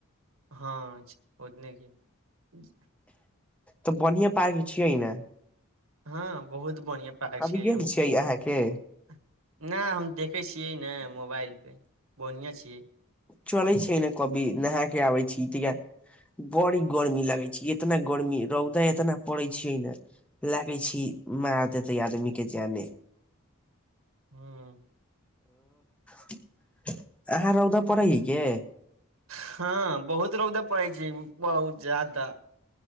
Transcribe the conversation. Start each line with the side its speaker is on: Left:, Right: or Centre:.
Right: हँ ओतने के <inaudible>
Centre: तऽ बढ़आ पार्क छियै ने
Right: हँ बहुत बढ़िआं पार्क
Centre: कभी
Right: छियै
Centre: गेल
Right: हम <inaudible>
Centre: अहाँके
Right: ना हम देखै छियै ने मोबाइल पर बढ़िएँ छियै
Centre: चलै छै न कभी नाह क आबै छी बड़ी गर्मी लागै छै इतना गर्मी रौदा इतना पड़ै छैै ने लागै छी मार देतै आदमी के जाने
Right: हूँ
Centre: <inaudible> आहाँ रोदा पड़ै य
Right: हँ बहुत रौदा पड़ै छै बहुत ज्यादा